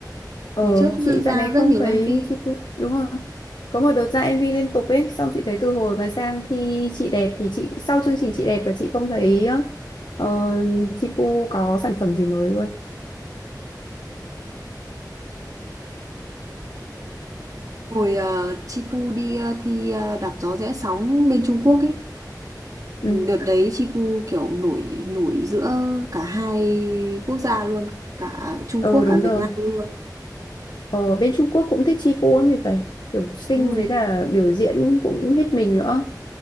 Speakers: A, on the left; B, on the right.
A: Ờ,
B: Ngày trước
A: chị dạo
B: ra
A: này
B: rất
A: không
B: nhiều
A: thấy
B: MV.
A: chị đúng rồi. Có một đợt ra MV liên tục ấy, xong chị thấy từ hồi mà sang khi chị đẹp thì chị sau chương trình chị đẹp là chị không thấy ờ, chị Pu có sản phẩm gì mới luôn.
B: Hồi ờ, Chipu đi ờ, thi ờ, đạp gió rẽ sóng bên Trung Quốc ấy. Đợt
A: Ừ,
B: đấy Chipu kiểu nổi nổi giữa cả hai quốc gia luôn, cả Trung
A: ờ
B: Quốc
A: đúng
B: cả Việt
A: rồi.
B: Nam luôn.
A: Ờ, bên Trung Quốc cũng thích chị Pu lắm thì phải. Kiểu xinh
B: Đúng rồi,
A: với cả biểu diễn cũng hết mình nữa.